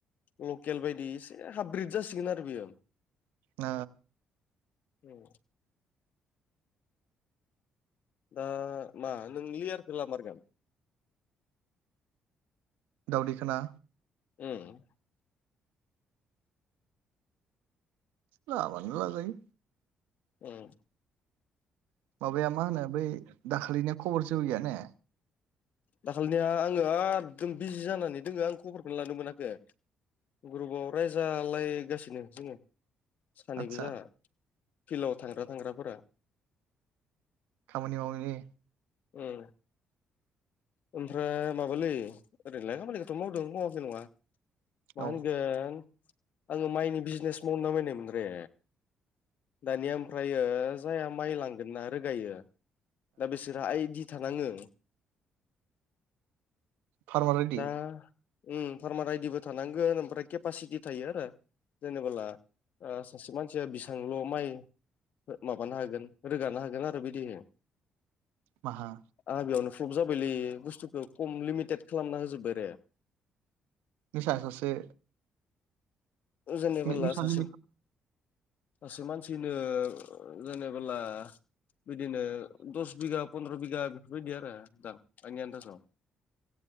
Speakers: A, on the left (about 65°); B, on the right (about 80°).
A: लकेल बायदि एसे हाब्रिद जासिगोन आरो बियो।
B: ओ।
A: उम। दा मा नों लियारखो लामारगोन?
B: दावदैखोना?
A: उम।
B: लाबानो लाजायो।
A: उम।
B: माबाया मा होनो बै दाखालिनिषा खबर सबर गैया ने?
A: दाखालिनिया आङो आदोम बिजि जानानै दोङो आं खबरखौनो लानो मोनाखै। ग्रुपआव रायजालायगासिनो जोङो। सानैबो
B: आदसा
A: जोंहा फिल्डआव थांग्रा थांग्राफोरा।
B: खामानि मावनायनि
A: उम। ओमफ्राय माबालै ओरैनोलाय खामानिखौथ' मावदों मावाखै नङा।
B: औ
A: मा
B: ओ
A: होनगोन आङो माइनि बिजनेस मावनो नामायनायमोन रे। दानिया ओमफ्रयो जाया माइ लांगोन ना ना रोगायो। दा बिसोरहा आइदि थानाङो।
B: फार्मार रेडि
A: <inaudible> दा उम फारमार आयदिबो थानांगोन ओमफ्राय केपासिटि थायो आरो। जेनेबाला ओ सासे मानसिया बेसेबांल' माइ माबानो हागोन रोगानो हागोन आरो बिदि।
B: माहा?
A: आंहा बेयावनो प्लब जाबायलै बुस्थुखौ खम लिमिटेद खालामना होजोब्बाय रे।
B: बिसहाजारसो
A: ओजोंनिबोला
B: मिसानि
A: सासे सासे मानसिनो जेनेबोला बिदिनो दस बिगा पन्द्र' बिगा बेफोरबायदि आरो दा आंनि आनन्दासाव।